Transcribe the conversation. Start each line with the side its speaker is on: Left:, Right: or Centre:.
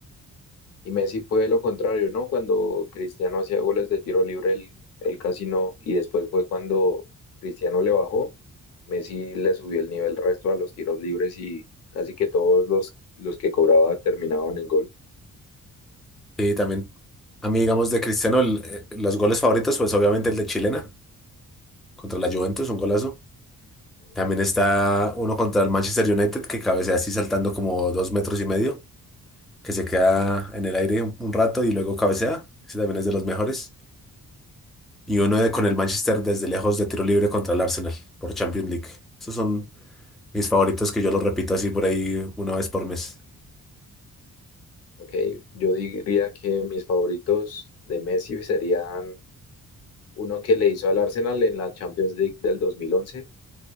Left: Y Messi fue lo contrario, ¿no? Cuando Cristiano hacía goles de tiro libre, él, él casi no. Y después fue cuando Cristiano le bajó, Messi le subió el nivel resto a los tiros libres y casi que todos los, los que cobraba terminaban en gol.
Centre: sí también, a mí digamos de Cristiano, el- eh, los goles favoritos, pues obviamente el de Chilena contra la Juventus, un golazo.
Left: Ujú.
Centre: También está uno contra el Manchester United que cabecea así saltando como dos metros y medio. que se queda en el aire un, un rato y luego cabecea. Ese también es de los mejores. Y uno de con el Manchester desde lejos de tiro libre contra el Arsenal por Champions League. Esos son mis favoritos que yo los repito así por ahí una vez por mes.
Left: Ok, yo diría que mis favoritos de Messi serían uno que le hizo al Arsenal en la Champions League del 2011,